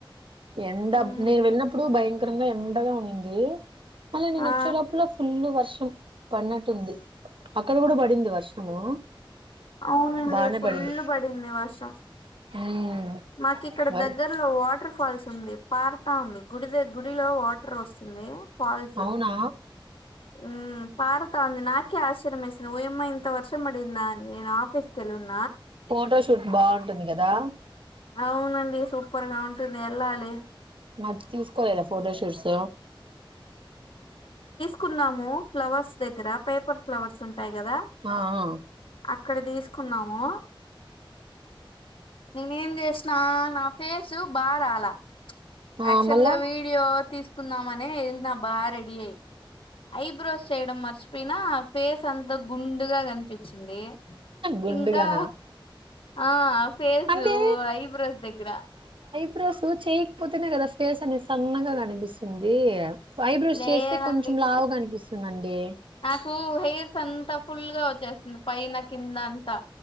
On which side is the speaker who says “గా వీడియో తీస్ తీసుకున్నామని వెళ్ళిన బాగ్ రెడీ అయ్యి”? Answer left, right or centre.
Left